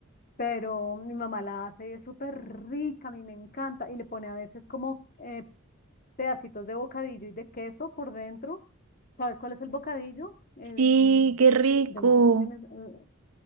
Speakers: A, on the left; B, on the right.
A: pero mi mamá la hace y es súper rica, a mí me encanta, y le pone a veces como eh, pedacitos de bocadillo y de queso por dentro. ¿Sabes cuál es el bocadillo? El,
B: Sí,
A: mm,
B: qué rico.
A: yo no sé si en Venez- eh,